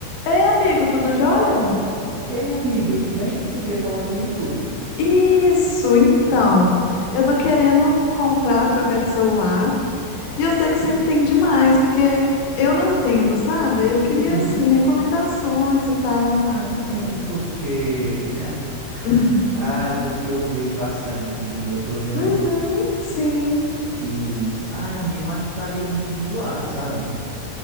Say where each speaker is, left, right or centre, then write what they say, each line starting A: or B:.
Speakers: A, on the left; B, on the right.
A: Ei, amigo, tudo jóia?
B: Ei, amiga, tudo bem? Você queria falar comigo?
A: Isso, então. Eu tô querendo comprar, trocar de celular. E eu sei que você entende mais, porque eu não entendo, sabe? Aí Eu queria,
B: Uhum.
A: assim, recomendações e tal.
B: Ah, eu entendo porque. <laughs>
A: <laughs>
B: Ah, porque eu vejo bastante vídeo no YouTube, né?
A: Uhum, sim.
B: E. Ai, amigo, eu acho que varia muito de usuário, sabe?